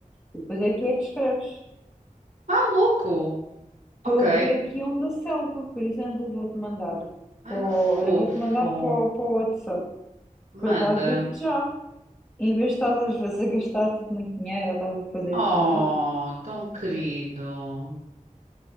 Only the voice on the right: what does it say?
Ah, louco!
Ok.
Ai
que fofo.
Manda.
Oh,
tão querido.